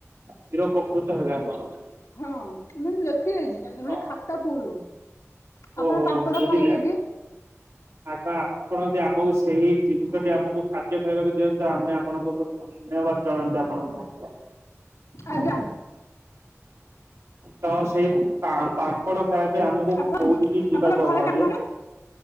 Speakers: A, on the right (about 65°); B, on the left (about 70°).
A: ଚିର ଉପକୃତ ହେବେ ଆପଣ।
B: ହଁ ମୁଁ ଲେଖି ଦେଇଚି <unintelligible>
A: ହଁ
B: ମାନେ ଖାତା ଫୁଲୁ।
A: ଓହୋ
B: ଆପଣ ପାମ୍ପଡ଼
A: ବୁଝିଲି
B: ଖାଇବେ
A: ଆଜ୍ଞା।
B: କି?
A: ଆଗ ଆପଣ ଯଦି ଆମକୁ ସେଇ ଜିନିଷଟି ଆମକୁ ଖାଦ୍ୟ ଖାଇବାକୁ ଦିଅ <unintelligible> ଆମେ ଆପଣଙ୍କୁ ବହୁତ୍ ଇନବାଦ୍ ଜାଣନ୍ତୁ ଆପଣଙ୍କୁ।
B: ଆଜ୍ଞା।
A: ତ ସେଇ ପାଁ ପାମ୍- ପଡ ଖାଇଆ ପାଇଁ ଆମକୁ
B: ଆପଣ
A: କୋଉଠି କି ଯିବାକୁ
B: ଆପଣ ଘରେ
A: ହବ ଆଜ୍ଞା?
B: କାମ